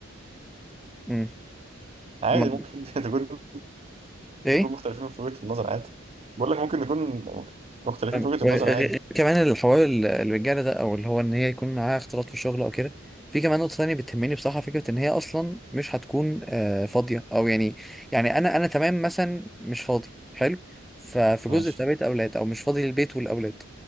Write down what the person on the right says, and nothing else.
عادي
ممكن <laughs> تكون
نكون مختلفين في وجهة النظر عادي بقول لك ممكن نكون مختلفين
في وجهة
النظر عادي
ماشي